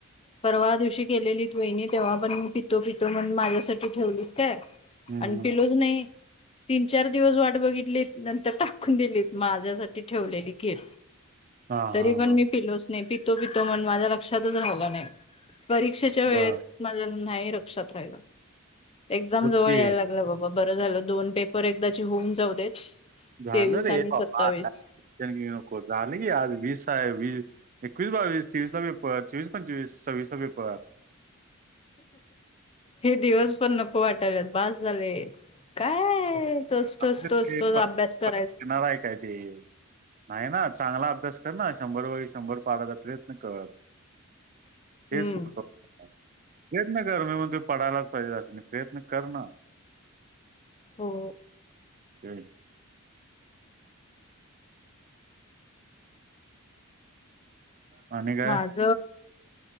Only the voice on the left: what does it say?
परवा दिवशी केलेलीत वहिणी तेव्हा पण मी पितो पितो म्हण माझ्यासाठी ठेवलीत काय
आणि
पिलोज नाही तीन चार दिवस वाट बघितली नंतर टाकून दिलीत माझ्यासाठी ठेवलेली खीर
तरी
पण
मी पिलोच नाही पितो पितो म्हण माझ्या लक्षातच राहिला नाही परीक्षे त्या वेळेत
माझं नाही लक्षात राहिलं एझम
जवळ
यायला लागल बरं झालं दोन पेपर एकदा होऊन जाऊ देत
तेवीस
आणि
सत्तावीस.
हे दिवस पण नको वाटालात बास झाले काय तोच तोच
तोच
तोच
अभ्यास करायचं
हम्म.
हो
माझ